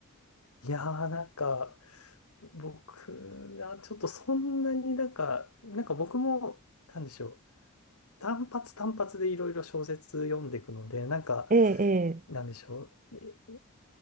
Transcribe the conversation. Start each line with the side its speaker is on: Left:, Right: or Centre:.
Left: えいやー、なんか、僕がちょっとそんなになんか、なんか僕も、なんでしょう。単発単発でいろいろ小説読んでいくので、なんか、
Right: ええ、ええ。
Left: なんでしょう。え